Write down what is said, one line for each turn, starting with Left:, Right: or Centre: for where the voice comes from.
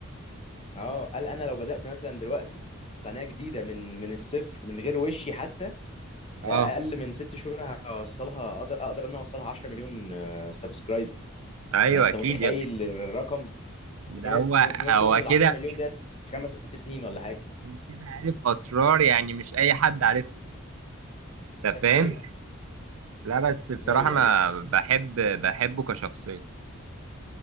Left: اه قال انا لو بدأت مثلا دلوقتي قناة جديدة من من الصفر من غير وشي حتى في
Right: اه
Left: اقل من ست شهور هوصلها اقدر اقدر انا اوصلها 10 مليون سبسكرايبر
Right: ايوه
Left: يعني انت
Right: اكيد
Left: متخيل
Right: يا ابني
Left: الرقم
Right: ده
Left: ده في ناس
Right: هو
Left: في ناس
Right: هو
Left: توصل ل
Right: كده
Left: 10 مليون ديت في خمس ست سنين ولا حاجة
Right: هو كده عارف اسرار يعني مش اي حد عارفها انت فاهم
Left: ايوه
Right: لا بس بصراحه
Left: ايوه
Right: انا
Left: ايوه
Right: بحب بحبه كشخصيه